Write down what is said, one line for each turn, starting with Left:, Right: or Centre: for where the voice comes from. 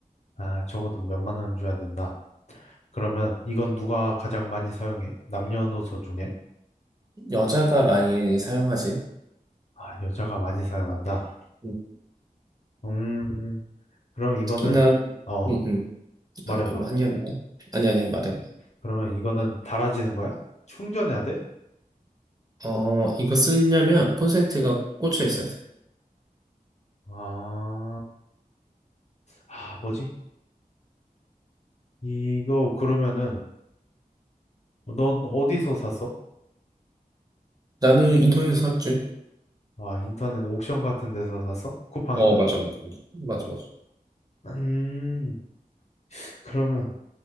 Left: 아, 적어도 몇만 원 줘야 된다. 그러면 이건 누가 가장 많이 사용해? 남녀노소 중에?
Right: 여자가 많이 사용하지.
Left: 아, 여자가 많이 사용한다.
Right: 음,
Left: 음, 그럼 이거는,
Right: 특히나,
Left: 어,
Right: 음, 음.
Left: 말해봐.
Right: 아니, 음, 아니야, 뭐. 아니, 아니야, 말해, 말해.
Left: 그러면 이거는 달아지는 거야? 충전해야 돼?
Right: 어, 이거 쓰려면 콘센트가 꽂혀 있어야 돼.
Left: 아, 아, 뭐지? 이거 그러면은, 넌 어디서 샀어?
Right: 나는 인터넷에서 샀지.
Left: 아, 인터넷 옥션 같은 데서 샀어? 쿠팡이나?
Right: 어, 맞아, 맞아. 맞아, 맞아. 맞아.
Left: 음, 그러면